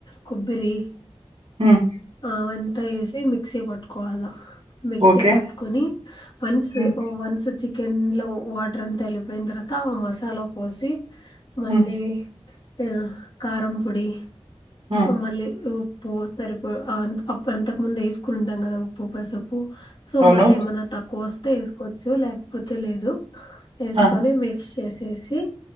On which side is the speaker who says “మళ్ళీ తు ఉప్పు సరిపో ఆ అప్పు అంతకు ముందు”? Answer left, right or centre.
Left